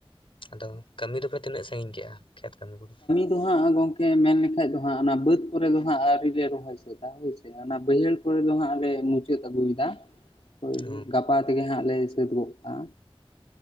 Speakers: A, on the left; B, on the left.
A: ᱟᱫᱚ ᱠᱟᱹᱢᱤ ᱫᱚᱯᱮ ᱛᱤᱱᱟᱹᱜ ᱥᱟᱺᱜᱤᱧ ᱠᱮᱜᱼᱟ ᱠᱷᱮᱛ ᱠᱟᱹᱢᱤ ᱠᱚᱫᱚ?
B: ᱫᱚ ᱦᱟᱸᱜ ᱜᱚᱝᱠᱮ ᱢᱮᱱ ᱞᱮᱠᱷᱟᱡ ᱫᱚ ᱦᱟᱸᱜ ᱚᱱᱟ ᱵᱟᱹᱫᱽ ᱠᱚᱨᱮ ᱫᱚ ᱦᱟᱸᱜ ᱟᱹᱣᱨᱤ ᱞᱮ ᱨᱚᱦᱚᱭ ᱥᱟᱹᱛᱟ ᱦᱳᱭᱥᱮ᱾ ᱚᱱᱟ ᱵᱟᱹᱭᱦᱟᱹᱲ ᱠᱚᱨᱮ ᱫᱚ ᱦᱟᱸᱜ ᱞᱮ ᱢᱩᱪᱟᱹᱫ ᱟᱹᱜᱩᱭᱫᱟ᱾ ᱦᱳᱭ ᱦᱳᱭ
A: ᱚ
B: ᱜᱟᱯᱟ ᱛᱮᱜᱮ ᱦᱟᱸᱜ ᱞᱮ ᱥᱟᱹᱛ ᱜᱚᱜ ᱠᱟᱜᱼᱟ᱾